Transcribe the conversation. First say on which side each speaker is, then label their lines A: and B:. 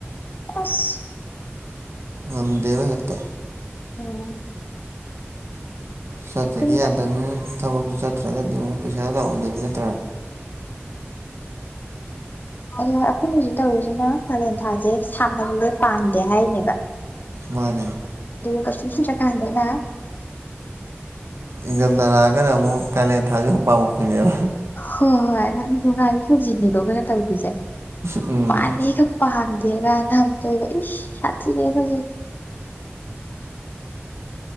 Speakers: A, on the left; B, on the right.
A: ꯑꯁ
B: ꯅꯝ ꯗꯦꯕ ꯍꯛꯇ
A: ꯎꯝ
B: ꯆꯠꯇꯗꯤ
A: ꯑꯩꯈꯣꯏꯅ
B: ꯌꯥꯗꯕꯅꯤꯅ ꯊꯕꯛꯇꯨ ꯆꯠꯇ꯭ꯔꯒꯗꯤ ꯑꯃꯨꯛ ꯄꯩꯁꯥ ꯂꯥꯛꯑꯣꯏꯗꯣꯏꯅꯤ ꯅꯠꯇ꯭ꯔꯥ
A: ꯑꯗ ꯑꯩꯈꯣꯏꯅ ꯍꯧꯖꯤꯛ ꯇꯧꯔꯤꯁꯤꯅ ꯄꯥꯂꯦꯟꯊꯥꯁꯦ ꯁꯥꯍꯜꯂꯦ ꯄꯥꯝꯗꯦ ꯍꯥꯏꯅꯦꯕ
B: ꯃꯥꯅꯦ
A: ꯀꯁ ꯆꯀꯗꯅ
B: ꯏꯖꯝꯗ ꯂꯥꯛꯑꯒꯅ ꯑꯃꯨꯛ ꯀꯥꯏꯂꯦꯟ ꯊꯥꯖ ꯍꯨꯛꯄꯥꯃꯨ ꯄꯤꯅꯦꯕ
A: ꯍꯣꯏ ꯍꯣꯏ ꯌꯥꯝ ꯅꯨꯡꯉꯥꯏꯕ ꯐꯖꯤꯟꯅꯤꯗꯣ ꯀꯩꯅꯣ ꯇꯧꯗꯣꯏꯁꯦ
B: ꯎꯝ
A: ꯄꯅꯤ ꯀ ꯄꯥꯔ ꯒꯅꯥꯝꯕ ꯁꯥ ꯂꯩꯕ